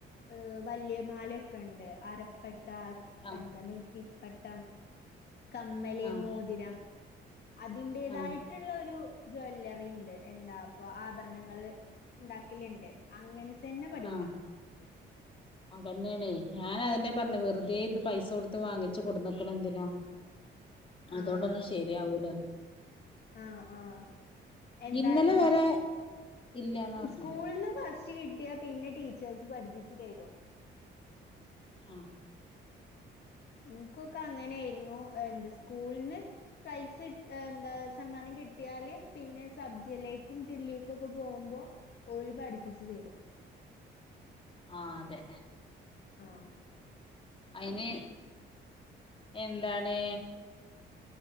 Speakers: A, on the left (about 55°); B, on the left (about 25°).
A: ഏ വലിയമാലൊക്കെ ഉണ്ട് അരപ്പട്ട
B: ആ
A: എന്താ നെറ്റിപ്പട്ടം കമ്മല്
B: ആഹ്
A: മോതിരം അതിന്റേതായി
B: ആഹ്
A: മറ്റുള്ള ഒരു ജ്വല്ലറി ഉണ്ട് എന്താ അപ്പ ആഭരണങ്ങള് ഉണ്ടാക്കലുണ്ട് അങ്ങനെ തന്നെ പഠിക്കാ
B: ആഹ് അതന്നെയാണേ ഞാൻ അതെന്നെ പറഞ്ഞു വെറുതെ ഇത് പൈസ കൊടുത്ത് വാങ്ങിച്ചു കൊടുന്നക്കണ എന്തിനാ
A: <inaudible>
B: അതുകൊണ്ടൊന്നും
A: ആഹ്
B: ശരിയാവൂല
A: ആഹ് ആഹ എന്താഈ
B: ഇന്നലെ വരെ ഇല്ലാന്ന് പറഞ്ഞിന്ന്
A: സ്കൂളന്ന് ഫസ്റ്റ് കിട്ടിയാ പിന്നെ ടീച്ചേഴ്സ് പഠിപ്പിച്ചു തരോ
B: ആഹ്
A: എനിക്കൊക്കെ അങ്ങനെയായിരുന്നു എന്ത് സ്കൂളന്ന് പ്രൈസ് എന്താ സമ്മാനം കിട്ടിയാല് പിന്നെ സബ്ജില്ലേക്കും ജില്ലേക്കും ഒക്കെ പോകുമ്പോ ഓലു പഠിപ്പിച്ചു തരും
B: ആഹ് അതെ
A: ആഹ്
B: അയിന് എന്താണ്